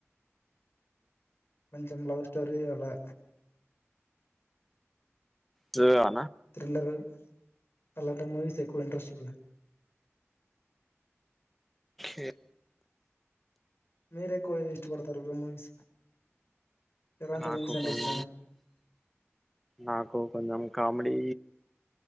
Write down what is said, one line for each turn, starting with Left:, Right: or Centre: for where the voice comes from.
Left: కొంచెం లవ్ స్టోరీ అలా
Centre: సూ ఆ
Left: థ్రిల్లరు అలాంటి మూవీస్ ఎక్కువ ఇంట్రస్ట్ బ్రో
Centre: ఏ
Left: మీరెక్కువ ఏది ఇష్టపడతారు బ్రో మూవీస్ ఎలాంటి
Centre: నాకు
Left: మూవీస్ అంటే
Centre: కొన్
Left: ఇష్టం
Centre: నాకు కొంచం కామెడీ